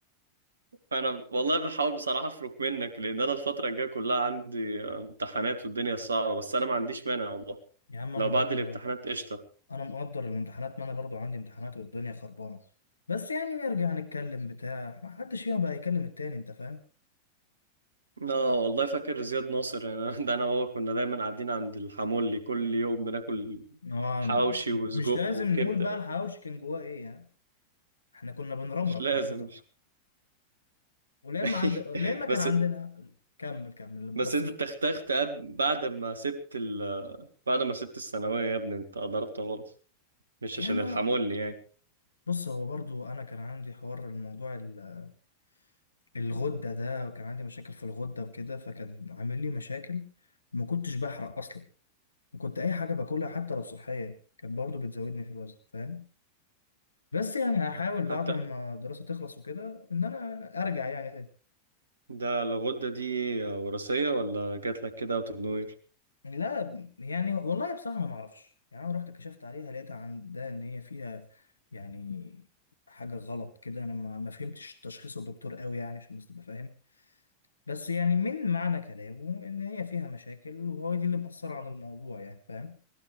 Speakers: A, on the right; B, on the left.
A: انا والله بحاول بصراحة افرك منك لان انا الفترة الجاية كلها عندي امتحانات والدنيا صعبة بس انا ما عنديش مانع والله
B: يا عم انا
A: لو
B: مقدر
A: بعد الامتحانات قشطة
B: انا مقدر الامتحانات ما انا برضو عندي امتحانات والدنيا خربانة بس يعني نرجع نتكلم بتاع ما حدش فينا بقى يكلم التاني انت فاهم
A: لا والله فاكر زياد ناصر يعني <laughs> ده انا وهو كنا دايما قاعدين عند الحمولي كل يوم بناكل
B: اه
A: حواوشي وسجق
B: مش لازم
A: وكبده
B: نقول بقى الحواوشي كان جواه ايه يعني احنا كنا بنرمرم
A: مش لازم
B: حضرتك
A: مش
B: ولما
A: <laughs>
B: عند لما كان
A: بس
B: عندنا كمل كمل بس
A: بس انت
B: ب...
A: تختخت قبل- بعد ما سبت ال... بعد ما سبت الثانويه يا ابني انت ضربت غلط مش
B: يعني
A: عشان الحمولي يعني
B: بص هو برضو انا كان عندي حوار الموضوع ال- الغدة ده وكان عندي مشاكل في الغدة وكده فكان عامل لي مشاكل ما كنتش بحرق اصلا كنت اي حاجة باكلها حتى لو صحية كانت برضو بتزودني في الوزن فاهم بس يعني هحاول
A: حتى
B: بعد ما الدراسة تخلص وكده ان انا ارجع يعني تاني
A: ده الغده دي وراثيه ولا جات لك كده اوت اوف نوير
B: لا يعني والله بصراحة ما معرفش يعني انا رحت كشفت عليها لقيتها عندها ان هي فيها يعني حاجة غلط كده انا ما ما فهمتش تشخيص الدكتور قوي يعني عشان بس تبقى فاهم بس يعني من معنى كلامه ان هي فيها مشاكل وهو دي اللي مأثرة عن الموضوع يعني فاهم